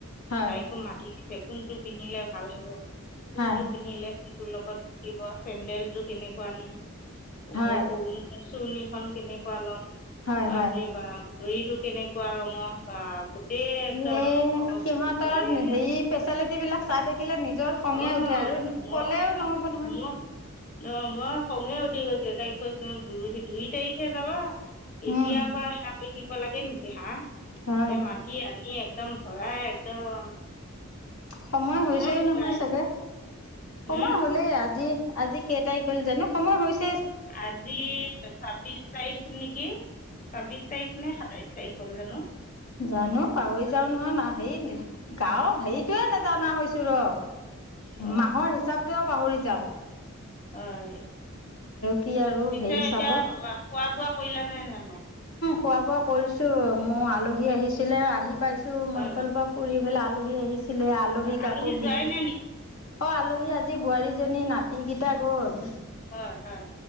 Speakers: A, on the left (about 80°); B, on the left (about 40°).
A: হয়
B: তাইকো মাতিছে কোনটো পিন্ধিলে ভাল হব, কোনটো
A: হয়
B: পিন্ধিলে লগত থাকিব, চেন্দেল যোৰ কেনেকুৱা নিম ওপ
A: হয়
B: <unintelligible> খন কেনেকুৱা ল'ম,
A: হয়
B: বাপৰে
A: হয়
B: বাপ! ঘড়ীটো কেনেকুৱা ৰঙৰ ৱাহ! গোটেই একদম
A: এ
B: অ' গোটেই
A: সিহঁতৰ হেৰি ফেচিলিটি বিলাক চাই থাকিলে নিজৰ খঙে
B: অ'
A: উঠে আৰু ক'লেও
B: মই <unintelligible>
A: নহ'ব নহয়
B: খঙে উঠি গৈছে, তাইক কৈছো দু-দুই তাৰিখে যাবা
A: উম
B: এতিয়া পৰা দিব লাগে নেকি হাহ,
A: হয়
B: এই মাটি আলিয়ে একদম ভৰাই একদম।
A: সময় হৈছেও
B: চব
A: নহয়
B: ভৰাই
A: চাগে।
B: হম
A: সময় হলেই আজি আজি কেই তাৰিখ হ'ল জানো সময় হৈছে।
B: আজি ছাব্বিশ তাৰিখ নেকি, ছাব্বিশ তাৰিখ নে সাতাইশ তাৰিখ। হল জানো
A: জানো, পাহৰি যাও নহয়, না হেই গাও হেৰিটোয়ে নজানা হৈছো ৰ।
B: অ
A: মাহৰ হিচাপটো পাহৰি যাও।
B: হয়,
A: কি আৰু
B: পিছে
A: হেৰি
B: এতিয়া
A: চাব
B: খোৱা-বোৱা কৰিলানে নাই?
A: খোৱা-বোৱা কৰিছোঁ, মোৰ আলহী আহিছিলে আহি পাইছোঁ মই
B: হয়
A: এইফালৰ
B: হয়
A: পৰা ফুৰি পেলাই আলহী আহিছিলে, আলহীক
B: আলহী
A: আকৌ
B: যোৱাই
A: বিষ
B: নাই নেকি
A: অ' আলহী আজি বোৱাৰীজনী নাতিকেইটা গল।
B: হয় হয়।